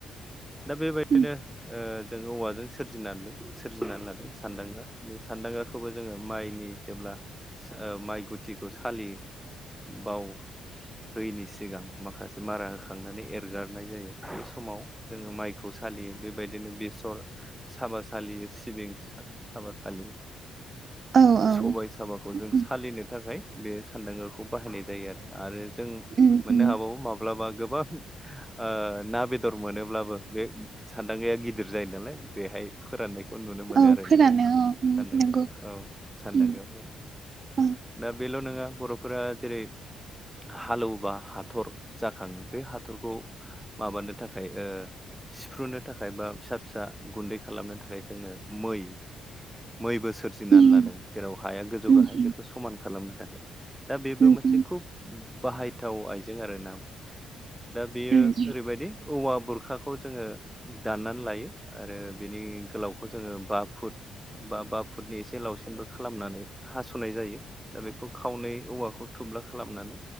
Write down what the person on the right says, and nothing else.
उम
औ
औ
उम
उम
उम
औ
फोरानो
औ उम
नंगौ
उम औ
उम
उम
उम
उम
उम
उम